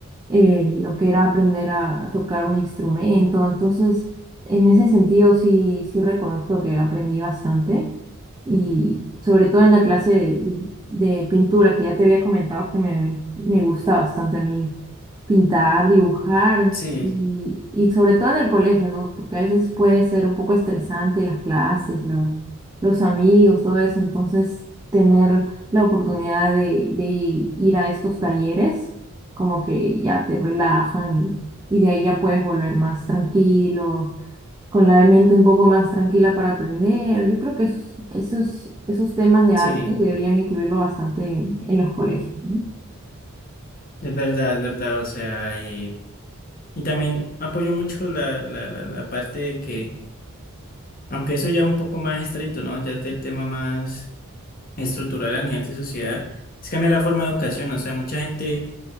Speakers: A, on the right; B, on the left.
A: eh, lo que era aprender a, a tocar un instrumento. Entonces, en ese sentido sí, sí reconozco que aprendí bastante y sobre todo en la clase de, de pintura que ya te había comentado que me, me gusta bastante a mí pintar, dibujar
B: sí,
A: y, y sobre todo en el colegio, ¿no? Porque a veces puede ser un poco estresante las clases, lo- los amigos, todo eso. Entonces, tener la oportunidad de, de ir a estos talleres como que ya te relajan y, y de ahí ya puedes volver más tranquilo, con la mente un poco más tranquila para aprender. Yo creo que es- esos, esos temas de
B: sí,
A: arte deberían incluirlo bastante en, en los colegios, ¿no?
B: es verdad, es verdad, o sea, y, y también apoyo mucho la, la, la, la parte de que, aunque eso ya es un poco más estricto, ¿no? Ya es del tema más estructural a nivel de sociedad, es cambiar la forma de educación, o sea, mucha gente